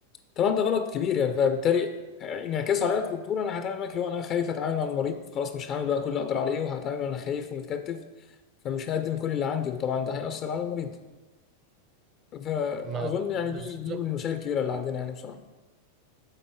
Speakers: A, on the left; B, on the right.
A: طبعا ده غلط كبير يعني فبالتالي انعكاس عليا كدكتور انا هتعامل معاك اللي هو انا خايف اتعامل مع المريض خلاص مش هعمل بقى كل اللي اقدر عليه وهتعامل وانا خايف ومتكتف فمش هقدم كل اللي عندي وطبعا ده هيأثر على المريض فأظن
B: ما ب-
A: يعني
B: بالظبط
A: دي دي من المشاكل الكبيرة اللي عندنا يعني بصراحة